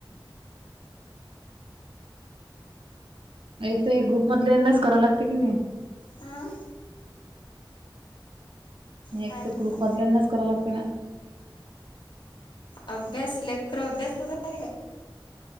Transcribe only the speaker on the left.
आ? काय
म्हटलं?
अभ्यास लेखर अभ्यास करून राहिले काय?